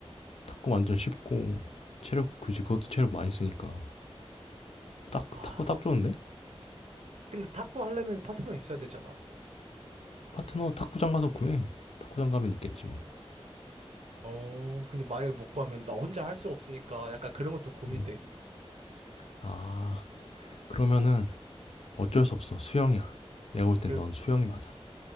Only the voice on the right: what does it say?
아,
근데 탁구 하려면 파트너 있어야 되잖아.
어, 근데 만약에 못 구하면 나 혼자 할 수가 없으니까 약간 그런 것도 고민돼.
그러,